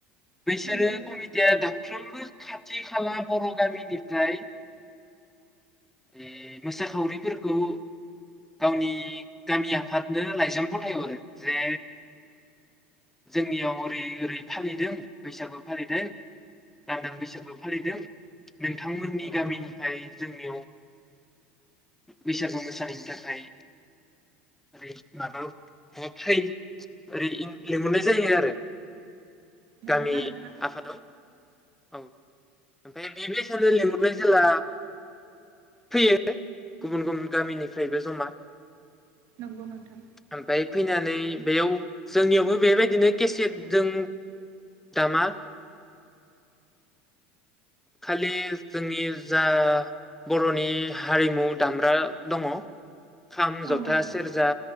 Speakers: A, in the centre; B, on the right (about 60°).
A: बैसोरो
B: नंगौ नोंथां
A: कमितिया दाफ्रोमबो खाथि खाला बर' गामिनिफ्राय ए मोसाखावरिफोरखौ गावनि गामि आफादनो लाइजाम फथायहरो जे जोंनियाव ओरै ओरै फालिदों बैसागु फालिदों लान्दां बैसागु फालिदों नोंथांमोननि गामिनि फाय जोंनियाव बैसागु मोसाहैनो थाखाय ओरै माबाव माबा फाय ओरै इं लिंहरनाय जायो आरो।
B: नंगौना
A: गामि
B: नोंथां
A: आफादाव औ ओमफाय बेबायसानो लिंहरबाय जेला फैयो गुबुन गुबुन गामिनिफ्रायबो जमा।
B: नंगौ नोंथां
A: ओमफाय फैनानै बेयाव जोंनियावबो बेबायदिनो केसेटजों दामा। खालि जोंनि जा बर'नि हारिमु दामग्रा दङ। खाम
B: औ
A: जथा
B: नंगौ नोंथां
A: सेरजा